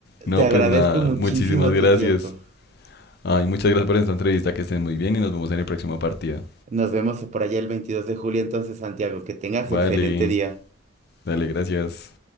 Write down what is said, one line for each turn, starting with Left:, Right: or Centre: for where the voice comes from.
Left: No,
Right: Te agradezco
Left: pues nada,
Right: muchísimo
Left: muchísimas gracias.
Right: tu tiempo.
Left: Ay, muchas gracias por esta entrevista, que estén muy bien y nos vemos en la próxima partida.
Right: Nos vemos por allá el 22 de julio, entonces, Santiago. Que tengas
Left: Vale,
Right: excelente día.
Left: dale, gracias.